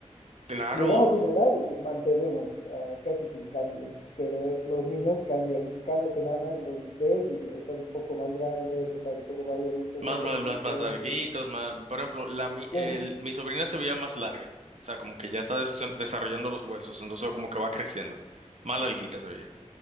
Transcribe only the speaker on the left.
Llegamos a una edad y los mantenemos ah, casi sin cambios, pero eh, los niños cambian. Cada semana los ves y están un poco más grandes, están un poco más gorditos,
más poquitos.
Sí,